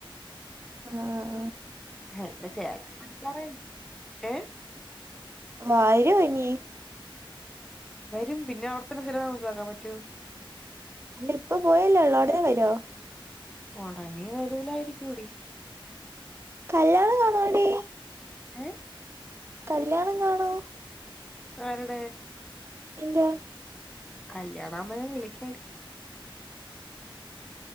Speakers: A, on the right (about 30°); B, in the centre.
A: ആഹ
B: ഹ ചേട്ടന്റെ <unintelligible> ഏ
A: വരോനീ
B: വരും പിന്നെ അവിടതന്നെ സ്ഥിര താമസാക്കാൻ പറ്റോ
A: അല്ല ഇപ്പ പോയല്ലേള്ളൂ ഉടനെ വരുമോ
B: ഉടനെ വരൂലാരിക്കൂടി.
A: കല്യാണം കാണുവോടി
B: ഉം
A: കല്യാണം കാണുവോ?
B: ആരുടെ
A: നിന്റെ
B: കല്യാണമാകുമ്പോ ഞാൻ വിളിക്കാടി